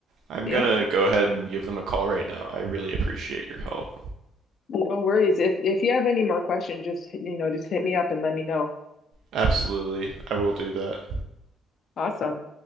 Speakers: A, on the right; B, on the left.
A: I'm
B: Yeah,
A: going to go ahead and give them a call right now. I really appreciate your help.
B: no worries. If if you have any more questions, just you know, just hit me up and let me know.
A: Absolutely. I will do that.
B: Awesome.